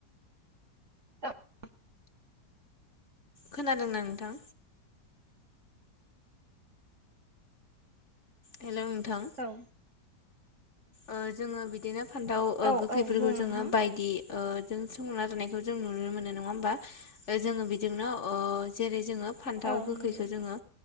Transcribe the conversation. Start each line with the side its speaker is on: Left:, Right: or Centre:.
Right: <unintelligible>
Left: खोनादोंना नोंथां? हेलौ नोंथां
Right: औ
Left: ओ जोङो बिदिनो फान्थाव ओ
Right: औ
Left: गोखैफोरखौ
Right: औ बुं नोंथां
Left: जोङो बायदि ओ जों संना जानायखौ जों नुनो मोनो नङा होमबा। जोङो बिदिनो ओ जेरै जोङो फान्थाव
Right: औ
Left: गोखैखो
Right: नंगौ
Left: जोङो